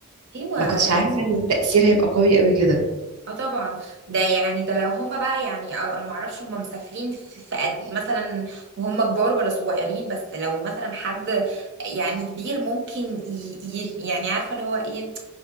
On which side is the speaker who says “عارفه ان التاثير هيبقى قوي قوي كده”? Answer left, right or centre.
Right